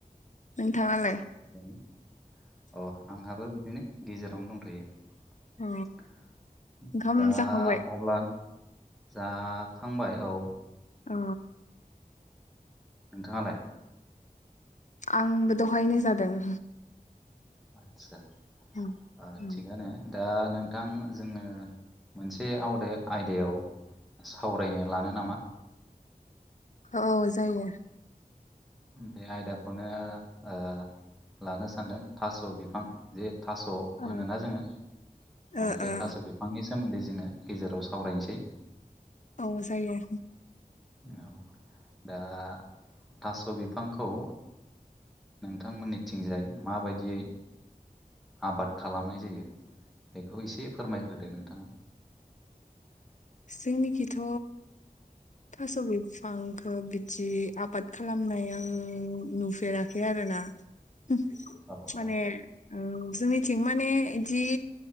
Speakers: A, on the left (about 55°); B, in the centre.
A: नोंथाङालाय
B: आदसा थिगानो, अ आंहाबो बिदिनो गेजेरावनो दंथ'यो
A: अ ओंखाम
B: दा
A: जाखांबाय
B: अब्ला जाखांबाय औ
A: अ
B: नोंथाङालाय
A: आंबो दहायनो जादों
B: आतसा
A: उम
B: आ थिगानो दा नोंथां जोङो मोनसे आवदा आयदायाव सावरायनो लानो नामा
A: औ जायो
B: बे आयदाखौनो ओ लानो सानदों थास' बिफां जे थास'
A: ओ
B: होनोना जोङो
A: ओ
B: बे थास' बिफांनि सोमोन्दै जोङो गेजेराव सावरायनोसै
A: औ जायो
B: औ दा थास' बिफांखौ नोंथांमोननिथिंजाय माबायदियै आबाद खालामनाय जायो बेखौ एसे फोरमायग्रोदो नोंथाङा
A: जोंनिथिंथ' थास' बिफांखौ बिदि आबाद खालामनाय आं नुफेराखै आरोना माने
B: औ औ
A: जोंनिथिं माने जि